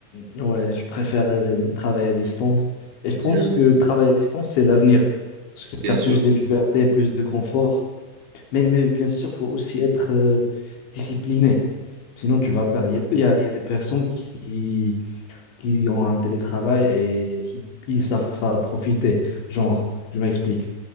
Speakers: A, on the left; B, on the right.
A: ouais, je préfère euh, travailler à distance. Et je pense
B: Je-
A: que le travail à distance, c'est l'avenir. Parce que
B: bien
A: tu as plus
B: sûr.
A: de liberté, plus de confort. Mais, mais bien sûr, il faut aussi être euh, discipliné. Sinon, tu vas perdre. Il y a, il y a- il y a des personnes qui, qui ont un télétravail et ils, ils savent pas profiter. Genre, je m'explique.